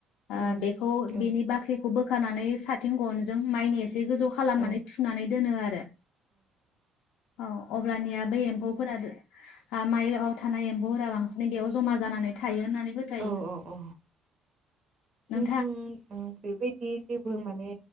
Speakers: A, on the left; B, on the right.
A: आ
B: उम
A: बे
B: औ
A: बेनि
B: औ
A: बाखलि खौ बोखानानै साथिं गनजों माइनि एस से गोजौ खालामनानै
B: औ
A: थुनानै दोनो आरो औ अब्लानिया बै एमफौफोरा आ माइयाव थानाय एमबौफोरा बांसिनै बेयाव जमा जानानै थायो। नानै फोथायो
B: औ औ
A: नों
B: <unintelligible> बेबायदि जेबो माने